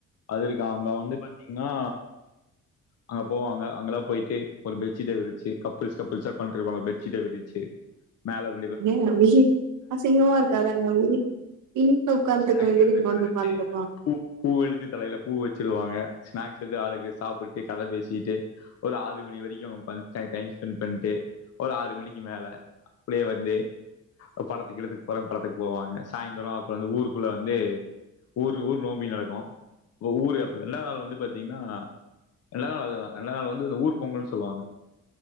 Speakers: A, on the left (about 55°); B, on the right (about 75°).
A: அது இருக்கு அவங்க வந்து பாத்தீங்கன்னா அங்க போவாங்க அங்கல்லா போயிட்டு ஒரு பெட்ஷீட்ட விரிச்சு கப்பிள்ஸ் கப்பிள்ஸ்சா உக்கான்டு இருபாங்க ஒரு பெட்ஷீட்ட விரிச்சு மேலவே
B: ஏங்க உய்யி அசிங்கமா இருக்காதாங்க வீட்ல உக் உட்காந்துட்டு
A: ஸ்நாக்ஸ்
B: இருக்க வேண்டியது
A: எடுத்து
B: இங்க
A: உக்கார
B: வந்து
A: வச்சு
B: உட்கார்ந்து இருப்பாங்
A: பூ பூ எடுத்து தலையில பூ வச்சுவிடுவாங்க ஸ்நாக்ஸ் எடுத்து ஆளுக்கு சாப்பிட்டு கத பேசிட்டு ஒரு ஆறு மணி வரைக்கு உக்கான் டைம் ஸ்பெண்ட் பண்ட்டு ஒரு ஆறு மணிக்கு மேல அப்டியே வந்து படத்துக்கு கிடத்துக்கு போறேங்க படத்துக்கு போவாங்க சாய்ந்தரோ அப்புற அந்த ஊருக்குள்ள வந்து ஊர் ஊர் நோம்பி நடக்கு ஓ ஊரு அப்புற ரெண்டாவது நாள் வந்து பாத்தீங்கன்னா ரெண்டாவது நாள் அதுதா ரெண்ட நாள் வந்து இந்த ஊர் பொங்கல்ன்னு சொல்லுவாங்க